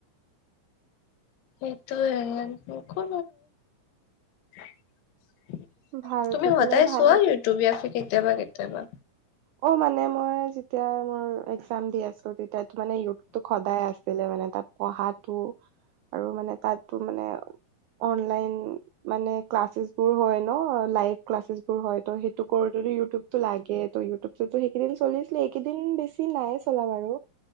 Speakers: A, on the left (about 85°); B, on the right (about 85°).
A: এইেইটোো কো <inaudible>
B: ভাল
A: তুমি
B: থাকিলে
A: সদায়
B: ভালে
A: চোৱা ইউটিউব টো কেতিয়াবা কেতিয়াবা
B: অ' মানে, মই যেতিয়া মোৰ এক্জাম দি আছিলো, তেতিয়া মানে ইউটতো সদায় আছিলে মানে। তাত পঢ়াতটো আৰু মানে তাতো মানে অনলাইন মানে ক্লাচ ছেচ বোৰ হয় ন লাইভ ক্লাচছ বোৰ হয় ত সেইটো কৰো ইউটিউবটো লাগে, ত' ইউটিউবতো সেইকেইদিন চলিছিলে, এইকেইদিন বেছি নাই চলা বাৰু।